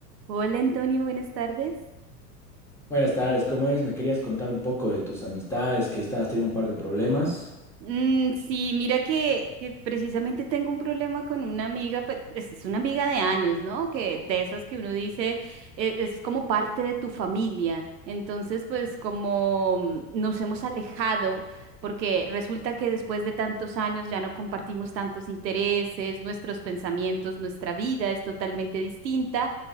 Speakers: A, on the right; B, in the centre.
A: Hola Antonio, buenas tardes.
B: Buenas tardes, ¿cómo es? Me querías contar un poco de tus amistades, que estabas teniendo un par de problemas.
A: Mm, sí, mira que, que precisamente tengo un problema con una amiga, pero es es una amiga de años, ¿no? Que de esas que uno dice e- es, como parte de tu familia. Entonces, pues como mm, nos hemos alejado, porque resulta que después de tantos años ya no compartimos tantos intereses, nuestros pensamientos, nuestra vida es totalmente distinta.